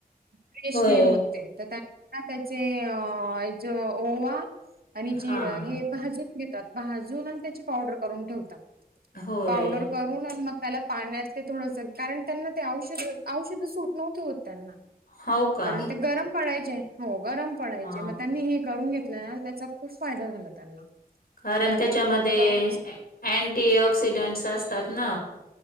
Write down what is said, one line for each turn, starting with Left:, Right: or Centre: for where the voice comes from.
Right: फ्रेश
Left: होय
Right: नाही होत. त्यांना त्याचे ज ओवा आणि जीर
Left: हा हा
Right: हे भाजून घेतात, भाजून आणि त्याची पावडर करून ठेवतात,
Left: होय
Right: पावडर करूनअन मग त्याला पाण्यात ते थोडंस कारण त्यांना ते औषध औषध सूट नव्हते होत त्यांना.
Left: हो का
Right: कारण ते गरम पडायचे, हो गरम पडायचे,
Left: अ
Right: मग त्यांनी हे करून घेत त्याचा खूप फायदा झाला त्यांना.
Left: कारण
Right: ते आता
Left: त्याच्यामध्ये
Right: ते पावडर करूनच
Left: अँटी ऑक्सिडेंटस असतात ना.